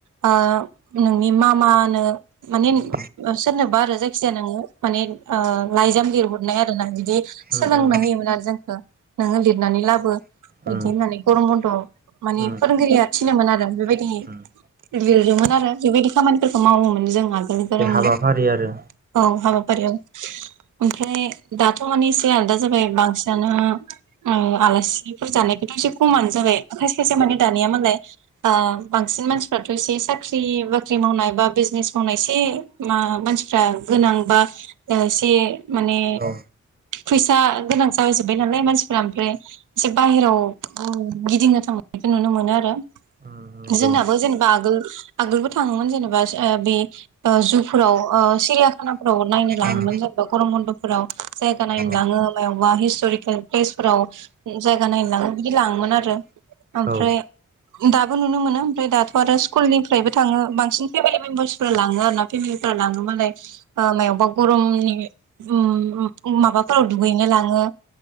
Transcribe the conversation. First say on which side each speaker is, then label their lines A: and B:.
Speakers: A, on the right (about 75°); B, on the right (about 30°).
A: ओ नोंनि मा मानो माने
B: उम
A: ओ सोरनोबा आरो जायखिजाया नोङो माने ओ लाइजाम लिरहरनो आरो ना बिदि
B: उम
A: सोलोंनो
B: उम
A: होयोमोन आरो जोंखौ नोङो लिरनानै लाबो। बिदि
B: उम
A: होननानै गरम बन्द' माने
B: उम
A: फोरोंगिरिया थिग थिनोमोन आरो बेबायदि
B: उम
A: लिरदोंमोन आरो बेबायदि खामानिफोरखौ मावोमोन जों आगो <unintelligible>
B: मोनसे हाबाफारि आरो
A: औ हाबा फारियाव ओमफ्राय दाथ' माने एसे आलदा जाबाय बांसिनानो आं आलासिफोर जानायखौथ' एसे खमानो जाबाय खायसे खायसे
B: उम
A: माने दानिया मालाय ओ बांसिन मानसिफ्राथ' एसे साख्रि बाख्रि मावनाय बा बिजनेस मावनाय एसे मा मानसिफ्रा गोनां बा एसे माने
B: औ
A: फैसा गोनां जाहैजोबबाय नालाय मानसिफोरा ओमफ्राय एसे बाहेराव गिदिंनो थांनायखौ नुनो मोनो आरो
B: उम नंगौ
A: जोंनाबो जेनेबा आगोल आगोलबो थांङोमोन जेनेबा ओ बे ओ जुफोराव ओ सिरियाखानाफोराव नायनो लाङोमोन
B: उम
A: जोंखौ गरम बन्द'फोराव जायगा
B: नंगौ
A: नायनो लांङो मायावबा हिस्ट'रिकेल प्लेसफोराव। जायगा नायनोलांङो बिदि लांङोमोन आरो ओमफ्राय
B: औ
A: दाबो नुनो मोनो ओमफ्राय दाथ' आरो स्कुलनिफ्रायबो थांङो बांसिन फेमिलि मेम्बार्स फोर लांङो आरोना फेमेलि लांङो मालाय मायावबा गरमनि ओम माबाफोराव दुगैनो लांङो